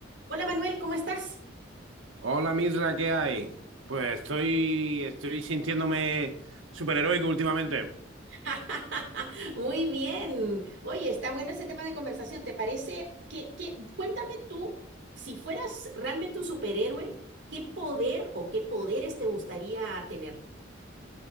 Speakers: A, on the right; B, on the right.
A: Hola Manuel, ¿cómo estás?
B: Hola Misra, ¿qué hay? Pues estoy, estoy sintiéndome superheroico últimamente.
A: <laughs> Muy bien. Oye, está bueno ese tema de conversación. ¿Te parece que, que- cuéntame tú, si fueras realmente un superhéroe, ¿qué poder o qué poderes te gustaría tener?